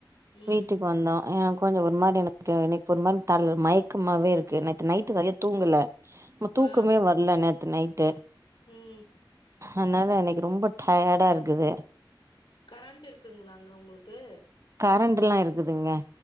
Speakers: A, on the left; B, on the right.
A: ம்
B: வீட்டுக்கு வந்தோ அ கொஞ்சோ ஒரு மாரி எனக்கு எனக் ஒரு மாரி தல் மய்க்கமாவே இருக்கு நேத்து நைட்டு நறைய தூங்கல மு தூக்கமே
A: ஆ
B: வர்ல நேத்து நைட்டு
A: ம்
B: அன்னால எனக்கு ரொம்ப டயடா இருக்குது
A: கரண்ட்டு இருக்குங்களாங்க உங்ளுக்கு
B: கரண்டுலா இருக்குதுங்க